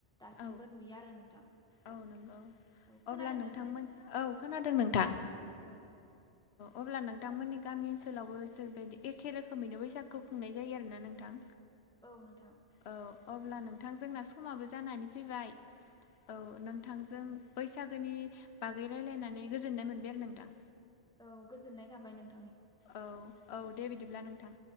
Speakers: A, in the centre; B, on the left (about 65°).
A: दासिमबो
B: औ
A: नुयो आरो नोंथां
B: औ नंगौ
A: औ खोनादोंना
B: अब्ला नोंथांमोन
A: नोंथाङा?
B: औ खोनादों नोंथां
A: औ
B: अब्ला नोंथांमोननि गामि ओनसोलावबो बिबायदि एखे रोखोमैनो बैसागु खुंनाय जायो आरो ना नोंथां
A: औ नोंथां
B: औ अब्ला नोंथां जोंना समाबो जानानै फैबाय औ नोंथांजों बैसागोनि बागै रायलायनानै गोजोननाय मोनबाय आरो नोंथां
A: औ गोजोननाय थाबाय नों
B: औ औ दे बिदिब्ला नोंथां